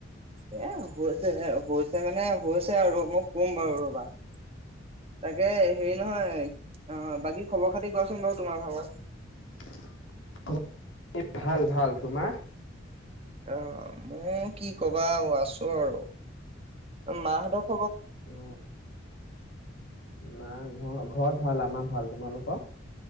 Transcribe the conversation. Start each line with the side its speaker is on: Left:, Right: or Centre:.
Right: এ হৈ হৈছে মানে হৈছে আৰু মই কম বাৰু ৰবা তাকে। হেৰি নহয় অ বাকী খবৰ খাতি কোৱাচোন বাৰু তোমাৰ ভাগৰ
Left: <inaudible> ভাল ভাল। তোমাৰ?
Right: আহ মও কি কবা অ আছো আৰু। মাহঁতক
Left: অ না ঘ ঘৰত ভাল আমাৰ ভাল তোমালোকৰ?